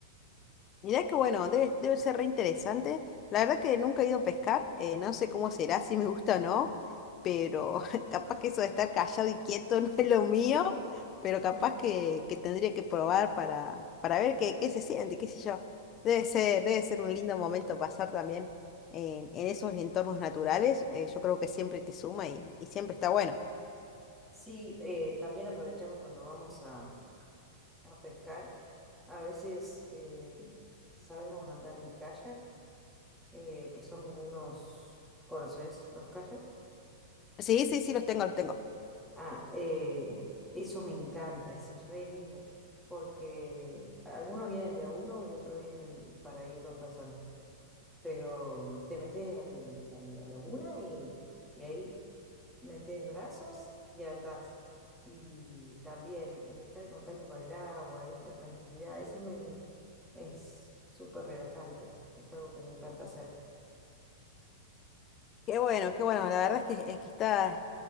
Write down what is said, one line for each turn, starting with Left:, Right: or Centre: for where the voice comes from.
Left: Mirá que bueno, debe, debe ser re interesante. La verdad que nunca he ido a pescar, eh, no sé cómo será, si me gusta o no, pero <laughs> capaz que eso de estar callado y quieto <laughs> no es lo mío, pero capaz
Centre: <laughs>
Left: que, que tendría que probar para, para ver qué, qué se siente, qué sé yo. Debe ser, debe ser un lindo momento pasar también en, en esos entornos naturales. eh, yo creo que siempre te suma y, y siempre está bueno.
Centre: Sí, eh, también aprovechamos cuando vamos a, a pescar. A veces eh, sabemos andar en kayak, eh, que son como unos, ¿conoces los kayaks?
Left: Sí, sí, sí, los tengo, los tengo.
Centre: Ah, eh, eso me encanta, eso es re lindo, porque algunos vienen de a uno y otros vienen para ir dos personas, pero te metes al- a la laguna y, y ahí metes brazos y andás. Y también el estar en contacto con el agua y la tranquilidad, eso me es súper relajante, es algo que me encanta hacer.
Left: Qué bueno, qué bueno. La verdad es que, es que está,